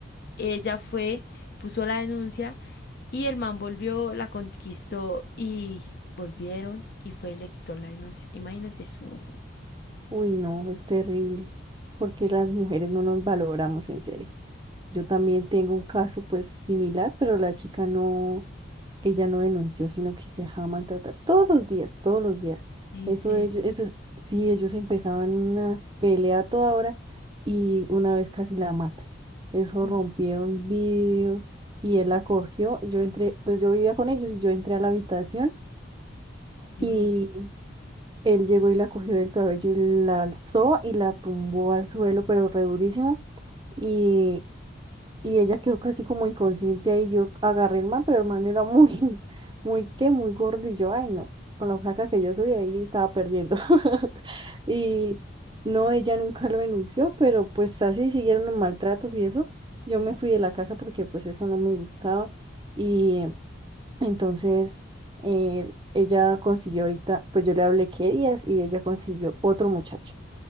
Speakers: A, on the left; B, on the right.
A: Ella fue, puso la denuncia. Y el man volvió, la conquistó y volvieron y fue le quitó la denuncia. Imagínate eso.
B: Uy, no, es terrible, porque las mujeres no nos valoramos en serio. Yo también tengo un caso pues similar, pero la chica no, ella no denunció, sino que se dejaba maltratar todos los días, todos los días.
A: Ay,
B: Eso
A: en serio.
B: ellos, eso, sí, ellos empezaban una pelea a toda hora y una vez casi la mata. Eso
A: Mm.
B: rompieron vidrios y él la cogió. Yo entré, pues yo vivía con ellos y yo entré a la habitación.
A: Dios,
B: Y él llegó y la cogió del cabello y la alzó y la tumbó al suelo, pero re durísimo. Y, y ella quedó casi como inconsciente ahí. Yo agarré el man, pero el man era muy, <laughs> muy, ¿qué? Muy gordo. Y yo, ay, no, con la flaca que yo soy ahí estaba perdiendo. <laughs> Y no, ella nunca lo denunció, pero pues así siguieron los maltratos y eso. Yo me fui de la casa porque pues eso no me gustaba. Y entonces, eh, ella consiguió ahorita, pues yo le hablé qué días y ella consiguió otro muchacho,